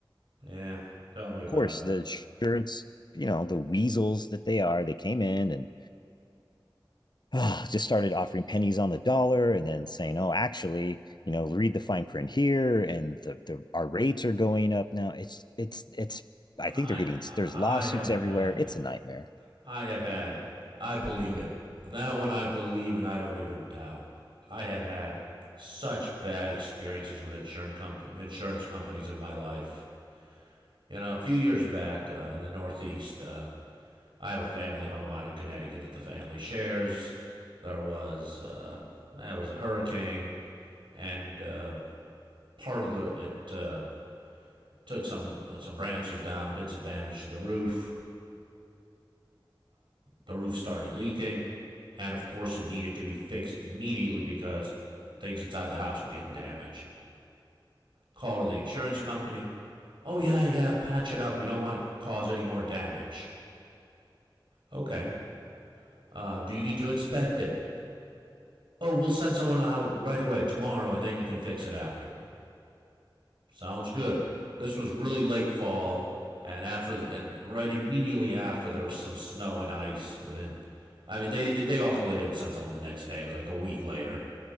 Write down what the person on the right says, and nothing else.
Yeah. Tell me about
it.
I
I
have
had
I have had, I believe it. That one I believe and I don't even doubt. I have had such bad experiences with insurance, comp- insurance companies in my life. You know, a few years back uh, in the Northeast, uh, I have a family home out in Connecticut that the family shares. There was uh, there was a hurricane, and uh, part of the it uh, took some uh, some branches down, did some damage to the roof. The roof started leaking, and of course, it needed to be fixed immediately because things inside the house were getting damaged. Call to the insurance company. Oh, yeah, yeah, patch it up. We don't want to cause any more damage. Okay. Uh, do you need to inspect it? Oh, we'll send someone out right away tomorrow and then you can fix it after. Sounds good. This was really late fall and after the and right immediately after there was some snow and ice within I mean they they ultimately didn't send someone the next day. It was like a week later.